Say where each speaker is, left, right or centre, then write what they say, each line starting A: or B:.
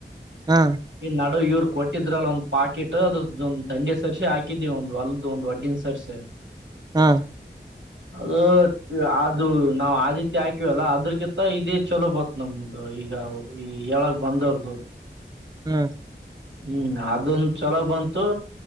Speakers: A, on the right (about 20°); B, on the right (about 90°).
A: ಹಾ
B: ಈ ನಡು ಇವ್ರು ಕೊಟ್ಟಿದ್ರ ಅ ಒಂದ್ ಪಾಕೆಟ್ ಅದೊಂದ್ ದಂಡಿ ಸರ್ರಿಸಿ ಹಾಕಿದೀವಿ ಒಂದ್ ಅಲ್ದ ಒಂದು ವಡ್ಡಿನ ಸರಿಸೆ. <inaudible>
A: ಹಾ
B: <inaudible> ಅದು ಅದು ನಾವು ಆದಿತ್ಯ ಹಾಕಿವವಲ್ಲ ಅದ್ರಕಿಂತ ಇದೇ ಚಲೋ ಬತ್ತ. ನಮ್ದು ಈಗ ಈ ಹೇಳಕ್ಕ ಬಂದವ್ರ್ದು.
A: ಹ್ಮ್
B: ಹ್ಮ್ ಅದೊಂದು ಚಲೋ ಬಂತು.